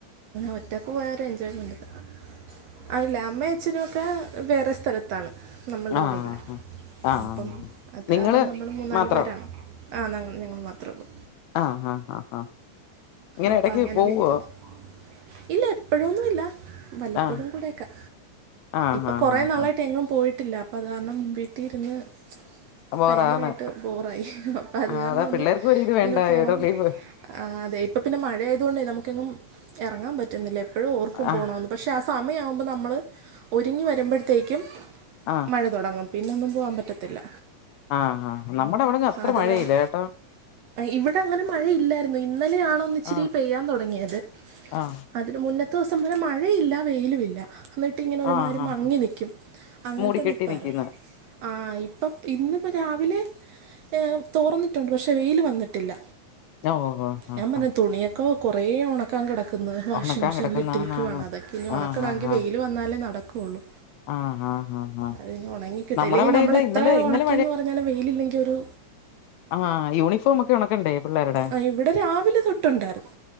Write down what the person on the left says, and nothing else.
ആഹ്
ആഹ് ആഹ്
നിങ്ങള്
മാത്രോ
ആഹ് അഹ് ആഹ് ഇങ്ങനെ
എടക്ക്
പോവോ
ആഹ്
ആഹ്
ആഹ്
ആഹ്
ആഹ് ബോറാണ്
ആഹ്
അതാ
പിള്ളേർക്കും ഒരിത്
വേണ്ടായോ
ഒരു റിലീഫ്
ആഹ്
ആഹ്
ആ ആ നമ്മുടെ വിടെങ്ങും അത്ര
മഴയില്ല
കേട്ടോ
ആഹ്
ആഹ്
ആഹ് ആഹ്
മൂടിക്കെട്ടി
നിക്കുന്ന്
ഓ ഓ ആ
ആ
ഉണക്കാൻ
കിടക്കുന്നാന്നാന്ന്
ആഹ് ആഹ്
ആഹ്
ആഹ് ആഹ് ആഹ് ആഹ്
നമ്മുടെ
ഇവിടെ
ഇത്
ഇന്നലെ ഇന്നലെ
ആ യൂണിഫോം ഒക്കെ ഉണക്കണ്ടേ? പിള്ളേരുടെ